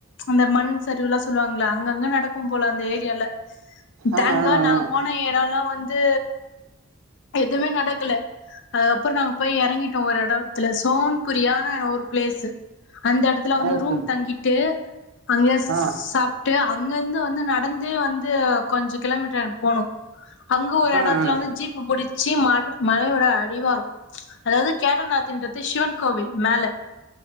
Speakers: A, on the left; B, on the right.
A: அந்த மண் சரிவுலா சொல்லுவாங்ல அங்கங்க நடக்கும் போல அந்த ஏரியால
B: ஆ
A: தேங்
B: ஆ
A: காட் நாங்க
B: ஆ
A: போன எடல்லா வந்து எதுமே நடக்கல அதப்றொ நாங்க போய் எறங்கிட்டோ ஒரு எடத்துல சோன்புரியா ஒரு ப்ளேஸு அந்த எடத்துல வந்து
B: ஓகே
A: ரூம் தங்கிட்டு அங்யே
B: ஆ
A: சாப்ட்டு அங்கந்து வந்து நடந்தே வந்து கொஞ்ச கிலோமீட்ரு அங்கட் போனு அங்க ஒரு
B: ஆ
A: எடத்துல
B: ஆ
A: வந்து ஜிப் முடிச்சி மழ மலையோட அடிவாரம் அதாவது கேட்டர்நாத் இன்றது சிவன் கோவில் மேல